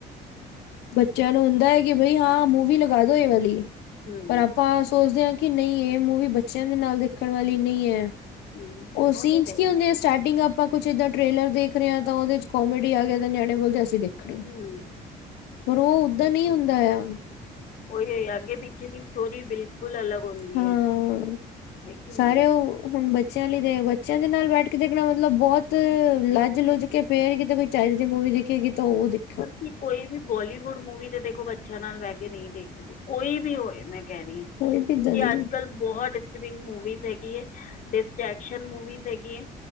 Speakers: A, on the left; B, on the left.
A: ਬੱਚਿਆਂ ਨੂੰ ਹੁੰਦਾ ਹੈ ਕਿ ਬਈ ਹਾਂ ਮੂਵੀ ਲਗਾ ਦੋ ਏਹ ਵਾਲੀ
B: ਹੂੰ
A: ਪਰ ਆਪਾਂ ਸੋਚਦੇ ਹਾਂ ਕਿ ਨਈ ਏਹ ਮੂਵੀ ਬੱਚਿਆਂ ਦੇ ਨਾਲ ਦੇਖਣ ਵਾਲੀ ਨੀ ਹੈ।
B: ਹੂੰ
A: ਓਹ
B: ਉਹ
A: ਸੀਨ
B: ਤਾਂ
A: ਚ
B: ਹੈ
A: ਕੀ
B: ਹੀ
A: ਹੁੰਦੇ ਐ ਸਟਾਰਟਿੰਗ ਅਪ ਆਪਾਂ ਕੁੱਛ ਏਦਾ ਟ੍ਰੇਲਰ ਦੇਖ ਰਹੇ ਹਾਂ ਤਾਂ ਉਹਦੇ ਚ ਕੋਮੇਡੀ ਆ ਗਿਆ ਤਾ ਨਿਆਣੇ ਬੋਲਦੇ ਅਸੀਂ ਦੇਖ
B: ਹੂੰ
A: ਪਰ ਓ ਓਧਰ ਨੀ ਹੁੰਦਾ ਆ।
B: ਉਹੀਓ ਐ ਅੱਗੇ ਪਿੱਛੇ ਦੀ ਸਟੋਰੀ ਬਿਲਕੁਲ ਅਲੱਗ ਹੁੰਦੀ
A: ਹਾਂ
B: ਹੈ ਹੈ ਕਿ ਨਹੀਂ
A: ਸਾਰੇ ਓਹ ਹੁਣ ਬ ਬੱਚਿਆਂ ਲਈ ਦੇਖ ਬੱਚਿਆਂ ਦੇ ਨਾਲ ਬੈਠ ਕੇ ਦੇਖਣਾ ਮਤਲਬ ਬੋਹਤ ਲੱਜ-ਲੁੱਝ ਕੇ ਫੇਰ ਕਿਤੇ ਕੋਈ ਚਾਜ਼ ਦੀ ਮੂਵੀ ਦੇਖ ਗੀ ਤਾਂ ਓਹ ਦੇਖ
B: ਤੁਸੀ ਕੋਈ ਵੀ ਬੋਲੀਵੁੱਡ ਮੂਵੀ ਤੇ ਦੇਖੋ ਬੱਚਿਆਂ ਨਾਲ ਬਹਿ ਕੇ ਨਈ ਦੇਖ ਸਕੋ ਕੋਈ ਵੀ ਹੋ ਮੈਂ ਕਹਿ ਰੀ ਆ।
A: ਕੋਈ ਵੀ ਇੱਦਾਂ
B: ਕਿਉਂਕਿ
A: ਦੀ
B: ਅੱਜ ਕੱਲ ਬਹੋਤ ਮੂਵੀਸ ਹੈਗੀ ਏ ਡਿਸਟ੍ਰੇਕਸ਼ਨ ਮੂਵੀਜ ਹੈਗੀ ਏ।